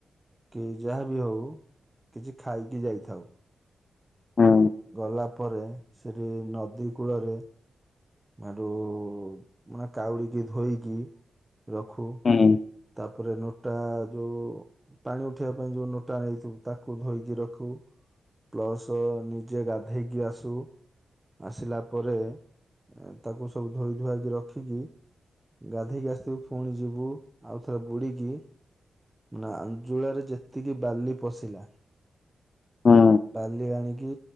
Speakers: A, on the right (about 15°); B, on the left (about 55°).
A: କି ଯାହା ବି ହଉ କିଛି ଖାଇକି ଯାଇଥାଉ।
B: ହୁଁ
A: ଗଲା ପରେ ସେଠି ନଦୀ କୂଳରେ ଆଡ଼ୁ ମାନେ କାଉଡ଼ିକି ଧୋଇକି ରଖୁ
B: ହୁଁ।
A: ତାପରେ ନୋଟା ଯୋଉ ପାଣି ଉଠେଇିବା ପାଇଁ ଯୋଉ ନୋଟା ନେଇଥିବୁ ତାକୁ ଧୋଇକି ରଖୁ। ପ୍ଲସ ନିଜେ ଗାଧେଇକି ଆସୁ। ଆସିଲା ପରେ ଏଁ ତାକୁ ସବୁ ଧୋଇ ଧୁଆକି ରଖିକି ଗାଧେଇକି ଆସିଥିବୁ ଫୁଣି ଯିବୁ। ଆଉ ଥରେ ବୁଡିକି ନା ଆଞ୍ଜୁଳାରେ ଯେତିକି ବାଲି ପଶିଲା
B: ହୁଁ
A: ବାଲି ଆଣିକି